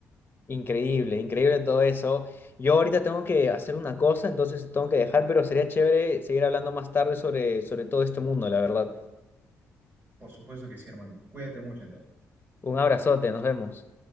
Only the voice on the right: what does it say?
Por supuesto que sí, hermano. Cuídate mucho entonces.